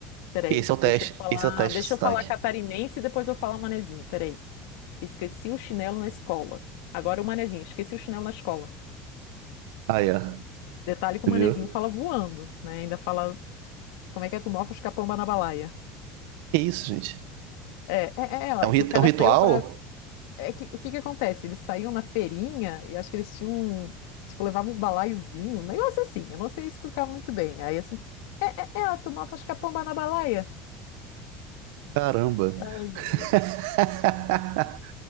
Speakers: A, on the left; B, on the right.
A: Peraí,
B: Esse é o teste,
A: deixa eu falar,
B: esse é o teste
A: deixa
B: de sotaque.
A: eu falar catarinense e depois eu falar manezinho. Peraí. Esqueci o chinelo na escola. Agora o manezinho, esqueci o chinelo na escola.
B: Aí, ó,
A: Detalhe que o
B: viu?
A: manezinho fala voando, né? Ainda fala, como é que é? Tu mofa os capão na balaia.
B: Que isso, gente?
A: É, é, é, ó,
B: É
A: é
B: um, rit-
A: que o cara
B: é um ritual?
A: saiu para É que, o que que acontece? Eles saíam na feirinha e acho que eles tinham, um- tipo, levavam um balaiozinho, um negócio assim, eu não sei explicar muito bem. Aí, assim, é, é, é ela tomava, acho que a pomba na balaia.
B: Caramba.
A: Ai, meu
B: <laughs>
A: Deus.